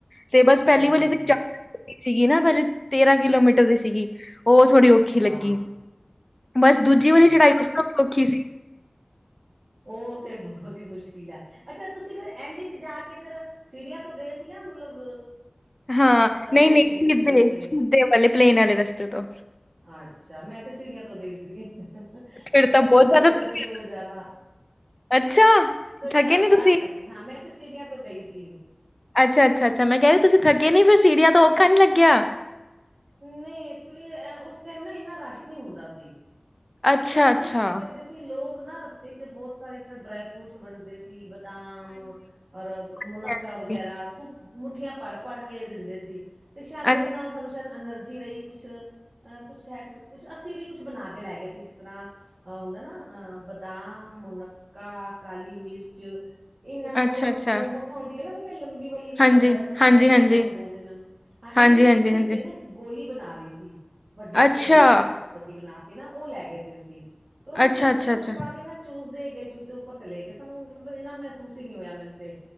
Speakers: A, on the left (about 35°); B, on the right (about 85°).
A: ਤੇ ਬਸ ਪਹਿਲੀ
B: ਹਾਂਜੀ
A: ਵਾਰੀ, ਸੀਗੀ ਨਾ, ਪਹਿਲੇ ਤੇਰਾਂ ਕਿਲੋਮੀਟਰ ਦੀ ਸੀਗੀ ਉਹ ਥੋੜ੍ਹੀ। ਔਖੀ ਲੱਗੀ
B: ਹਾਂ
A: ਬਸ ਦੂਜੀ
B: ਅੱਛਾ
A: ਵਾਲੀ ਚੜਾਈ ਉਸ ਤੋਂ ਔਖੀ ਸੀ
B: ਉਹ ਤੇ ਬਹੁਤ ਹੀ ਮੁਸ਼ਕਿਲ ਹੈ ਅੱਛਾ, ਤੁਸੀਂ ਫੇਰ ਐਂਡ ਚ ਜਾ ਕੇ ਕੇ ਫੇਰ ਸੀੜੀਆਂ ਤੋਂ ਗਏ ਸੀ ਯਾ ਮਤਲਬ
A: ਹਾਂ, ਨਹੀਂ
B: ਰੋਡ
A: ਨਹੀਂ
B: ਤੋਂ ਹੀ ਗਏ ਸੀ ਪਲੇਨ ਤੋਂ ਹੀ
A: ਸਿਧੇ ਵਾਲੇ ਪਲੇਨ ਵਾਲੇ ਰਸਤੇ ਤੋਂ,
B: ਅੱਛਾ, ਮੈਂ ਤੇ ਸੀੜੀਆਂ ਤੋਂ ਗਈ ਸੀ ਮੈਨੂੰ
A: ਫਿਰ ਤਾਂ
B: ਬਹੁਤ ਅੱਛਾ
A: ਜ਼ਿਆਦਾ
B: ਲੱਗਿਆ
A: ਥੱਕੇ।
B: ਸੀੜੀਆਂ ਤੋਂ ਜਾਣਾ।
A: ਅੱਛਾ
B: ਤੁਹਾਰੀ
A: ਥਕੇ
B: ਆਵਾਜ਼
A: ਨੀ ਤੁਸੀਂ
B: ਕੱਟ ਰਹੀ ਹਾਂ। ਮੈਂ ਤੇ ਸਿੜੀਆਂ ਤੋਂ ਗਈ ਸੀ।
A: ਅੱਛਾ ਅੱਛਾ ਅੱਛਾ, ਮੈਂ ਕ ਰਹੀ ਤੁਸੀਂ ਥੱਕੇ ਨੀ ਫੇਰ ਸੀੜੀਆਂ ਤੋਂ ਔਖਾ ਨੀ ਲੱਗਿਆ
B: ਨਹੀਂ ਐਕਚੁਲੀ ਉਸ ਟਾਈਮ ਨਾ ਇੰਨਾ ਰਸ਼ ਨਹੀਂ ਹੁੰਦਾ ਸੀ।
A: ਅੱਛਾ-ਅੱਛਾ,
B: ਉਸ ਟਾਈਮ ਨਾ ਕੀ ਕਰਦੇ ਲੋਕ ਨਾ ਰਸਤੇ ਚ ਬਹੁਤ ਸਾਰੇ ਇਸ ਤਰ੍ਹਾਂ ਡਰਾਈ ਫਰੂਟਸ ਵੰਡਦੇ ਸੀ ਬਦਾਮ ਔਰ ਮੁਨੱਕਾਂ
A: ਹਾਂਜੀ-ਹਾਂਜੀ,
B: ਵਗੈਰਾ ਖੂਬ ਮੁੱਠੀਆਂ ਭਰ ਭਰ ਕੇ ਦਿੰਦੇ ਸੀ। ਤੇ ਸ਼ਾਇਦ ਉਹਦੇ
A: ਅੱਛਾ,
B: ਨਾਲ ਸਾਨੂੰ ਸ਼ਾਇਦ ਐਨਰਜੀ ਰਹੀ ਕੁਛ, ਅ ਕੁਛ ਹੈ ਸੀ ਕੁਛ ਅਸੀਂ ਵੀ ਕੁਛ ਬਣਾ ਕੇ ਲੈ ਗਏ ਸੀ ਜਿਸ ਤਰ੍ਹਾਂ ਅਹ ਹੁੰਦਾ ਨਾ ਅਹ ਬਦਾਮ, ਮੂਨਕਾਂ, ਕਾਲੀ ਮਿਰਚ ਇਹਨਾਂ ਨੂੰ
A: ਅੱਛਾ-ਅੱਛਾ,
B: ਆਉਂਦੀ ਹੈ ਨਾ ਲੰਬੀ ਵਾਲੀ
A: ਹਾਂਜੀ,
B: ਅਹ ਗਰਮ ਮਸਾਲਾ
A: ਹਾਂਜੀ-ਹਾਂਜੀ,
B: ਹੀ ਹੁੰਦਾ ਮੱਗ ਬੋਲਦੇ ਇਹਨਾਂ ਨੂੰ, ਹਾਂ ਇਹਨਾਂ
A: ਹਾਂਜੀ-ਹਾਂਜੀ,
B: ਨੂੰ ਪੀਸ
A: ਹਾਂਜੀ,
B: ਕੇ ਨਾ ਗੋਲੀ ਬਣਾ ਲਈ ਸੀ। ਵੱਡੀ ਸਾਰੀ
A: ਅੱਛਾ,
B: ਗੋਲੀ ਖੂਬ ਵੱਡੀ ਬਣਾ ਕੇ ਨਾ ਉਹ ਲੈ ਗਏ ਸੀ। ਅਸੀਂ ਉਹਸੀਂ
A: ਅੱਛਾ-ਅੱਛਾ,
B: ਥੋੜੀ ਥੋੜੀ ਮੂੰਹ
A: ਅੱਛਾ,
B: ਚ ਪਾਕੇ ਨਾ ਚੂਸਦੇ ਗਏ ਚੂਸਦੇ ਉੱਪਰ ਚਲੇ ਗਏ ਸਾਨੂੰ ਮਤਲਬ ਇੰਨਾ ਮਹਿਸੂਸ ਹੀ ਨਹੀਂ ਹੋਇਆ ਮੈਨੂੰ ਤੇ।